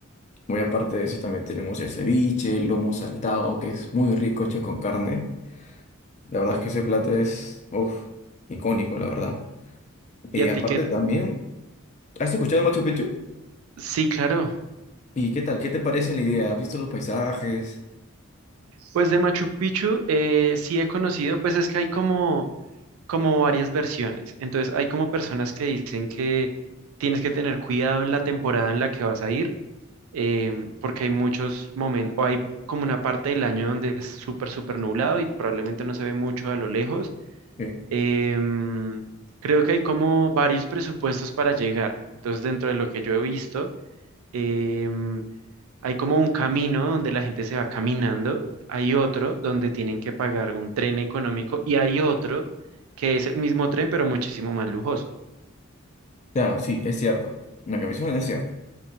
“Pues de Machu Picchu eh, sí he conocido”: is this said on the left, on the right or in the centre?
Right